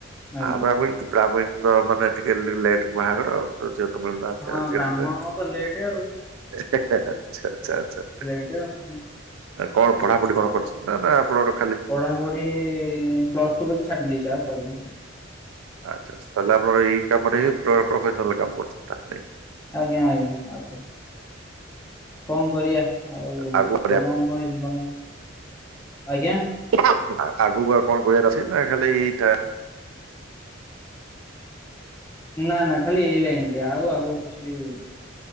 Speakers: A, on the left (about 15°); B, on the right (about 85°).
A: ଆଜ୍ଞା।
B: ଆ <unintelligible> ମାନେ ଟିକେ ଲେଟ ରେ ବାହାଘର ଆଉ। ଆଉ ଝିଅ ତ ମିଳୁ ନାହାଁନ୍ତି
A: ହଁ ବ୍ରାହ୍ମଣଙ୍କ ତ ଲେଟ୍ ଆଉ।
B: <unintelligible> ଆଛା ଆଛା ଆଛା।
A: <inaudible>
B: କଣ ପଢାପଢି କଣ କରିଛନ୍ତି ନା ଆପଣର
A: ପଢାପଢି ଇ ପ୍ଲସ ଟୁ କାରି ଛାଡି ଦେଇେଛି ଆଉ ପଢିନି
B: ଆଚ୍ଛା ଆଛା ତାହେଲେ ଆପଣ ଏଇ କାମରେ ପ୍ରଫସନାଲ କାମ କରୁଛନ୍ତି ତା ହେଲେ
A: ଆଜ୍ଞା ଆଜ୍ଞା ଆଉ କଣ, କଣ କରିବା? ଆଉ
B: ଆଗକୁ ବଢିବା
A: <unintelligible> ଆଜ୍ଞା
B: ଆଗକୁ ଆଉ କଣ କହିବାର ଅଛି ନା ଖାଲି ଏଇଟା
A: ନା ନା ଖାଲି ଏଇ ଲାଇନ ଆଉ ଆଗ କିଛି